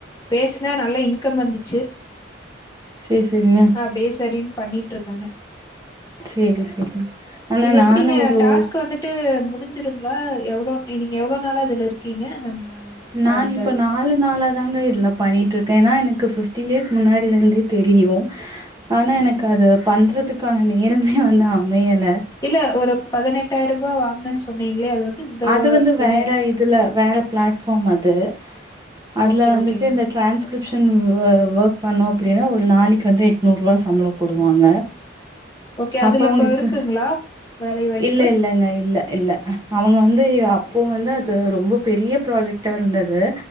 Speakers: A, on the left; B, on the right.
A: பேச்ன நல்ல இன்கம் வந்துச்சு
B: சேர் சேரிங்க
A: அப்டியே செரின் பண்ணி ட்ருக்காங்க
B: சேரி செரிங்க ஆனா
A: இது எப்டிங்க
B: நானு ஒரு
A: டாஸ்க் வந்து ட்டு முடிஞ்சிருங்ளா எவ்ளோ நீங்க எவ்ளோ நாளா இதுல இருக்கீங்க நம்ம
B: நான்
A: அந்த
B: இப்ப நாலு நாலாதாங்க இதுலப் பண்ணிட்ருக்கே ஏனா எனக்கு ஃபிப்டீன் டேஸ் முன்னாடில இருந்தே தெரியு ஆனா எனக்கு அது பண்றதுக்கான நேரமே வந்து அமயல
A: இல்ல ஒரு பதனெட்டாய்ரபா வாங்ணன் சொன்னீங்ளே அது வந்து இந்த
B: அது வந்து வேற
A: இனையம்
B: இதுல வேற பிளாட்ஃபாம் அது அதுல
A: ஓகே
B: வந்துட்டு
A: ஓகேங்க
B: இந்த ட்ரான்ஸ்கிரிப்ஷன் வோக் பண்ணோ அப்டின்னா ஒரு நாளக்கி வந்து எட்நூற்வா சம்ப்ளோ போடுவாங்க
A: ஓகே
B: அப்ப
A: அதுல
B: அவங்கக்கு
A: இப்ப இருக்குங்களா வேலை வாய்ப்பு
B: இல்ல இல்லங்க இல்ல இல்ல அவுங்க வந்து அப்போ வந்து அது ரொம்ப பெரிய ப்ராஜெக்டா இருந்தது